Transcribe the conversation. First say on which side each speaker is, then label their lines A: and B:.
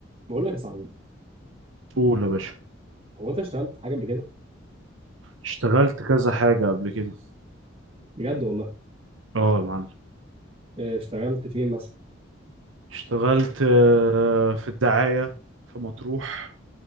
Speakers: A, on the right; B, on the right.
A: بقول لك يا صاحبي
B: قول يا باشا
A: هو انت اشتغلت حاجه قبل كده
B: اشتغلت كذا حاجة قبل كده
A: بجد والله
B: اه يا معلم
A: اه، اشتغلت فين مثلا
B: اشتغلت آه، في الدعاية في مطروح